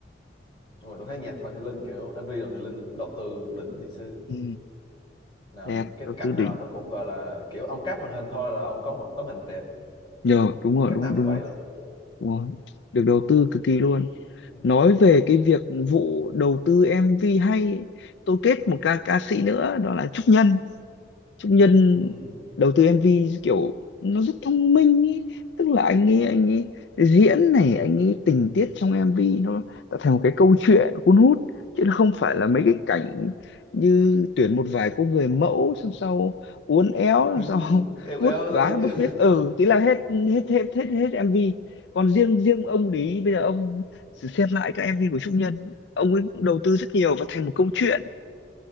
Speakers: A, on the left (about 25°); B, on the left (about 75°).
A: Đúng rồi tôi thấy nhạc hoàng Thị Linh kiểu MV hoàng Thị Linh nó đầu tư đỉnh thì sư
B: ừ,
A: nào
B: đẹp
A: nhìn cái
B: đầu
A: cảnh
B: tư đỉnh
A: nào nó cũng gọi là kiểu ông cắt màn hình thôi là ông có một tấm hình đẹp
B: nhờ đúng rồi
A: cảnh
B: đúng
A: nào
B: rồi
A: cũng
B: đúng
A: vậy
B: rồi
A: luôn
B: Đúng rồi. Được đầu tư cực kỳ luôn.
A: ừ.
B: Nói về cái việc vụ đầu tư MV hay ấy, tôi kết một ca ca sĩ nữa đó là Trúc Nhân. Trúc Nhân
A: Ừ.
B: đầu tư MV kiểu nó rất thông minh ý. Tức là anh ấy anh ấy diễn này anh ấy tình tiết trong MV nó tạo thành một cái câu chuyện cuốn hút chứ nó không phải là mấy cái cảnh như tuyển một vài cô người mẫu xong sau uốn éo xong
A: đứng
B: sau <laughs>
A: eo
B: vuốt
A: eo
B: vá
A: là địch <laughs>
B: vuốt viết ừ thế là hết hết hết hết hết MV còn riêng riêng ông Lý bây giờ ông thử xem lại các MV của Trúc Nhân ông ấy cũng đầu tư rất nhiều và thành một câu chuyện